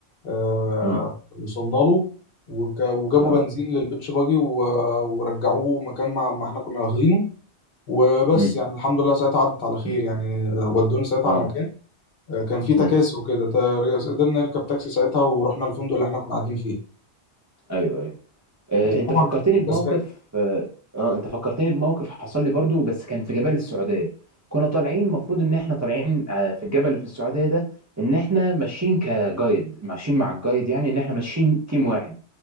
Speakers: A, on the left; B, on the right.
A: آه،
B: امم
A: وصلنا له وك- وجابوا
B: اه
A: بنزين للبيتش باجي و- ورجعوه مكان ما ما احنا كنا واخدينه وبس
B: امم
A: يعني الحمد لله ساعتها عدت على خير
B: امم
A: يعني ودونا ساعتها
B: اه
A: على مكان آه، كان في تكاسي
B: امم
A: وكده تا- قدرنا نركب تاكسي ساعتها ورحنا الفندق اللي احنا كنا قاعدين فيه
B: ايوه ايوه آه،
A: دي
B: انت
A: طبعا
B: فكرتني
A: كانت من
B: بموقف
A: الأسباب.
B: اه آه، انت فكرتني بموقف حصل لي برضو بس كان في جبال السعودية كنا طالعين المفروض ان احنا طالعين آه، في الجبل اللي في السعودية ده ان احنا ماشيين كجايد ماشيين مع الجايد يعني ان احنا ماشيين تيم واحد